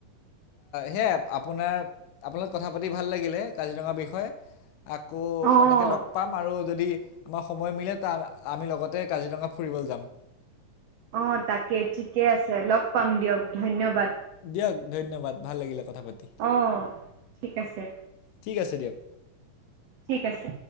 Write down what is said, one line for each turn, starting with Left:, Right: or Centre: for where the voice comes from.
Left: হেই আ আপোনাৰ আপোনাৰ লগত কথা পাতি ভাল লাগিলে কাজিৰঙাৰ বিষয়ে আকৌ
Right: অ'
Left: এনেকে লগ পাম আৰু যদি, আমাৰ সময় মিলে ত আমি লগতে কাজিৰঙা ফুৰিবলৈ যাম
Right: অ তাকে ঠিকে আছে লগ পাম দিয়ক ধন্যবাদ
Left: দিয়ক ধন্যবাদ ভাল লাগিলে কথা পাতি
Right: অ' ঠিক আছে
Left: ঠিক আছে দিয়ক
Right: ঠিক আছে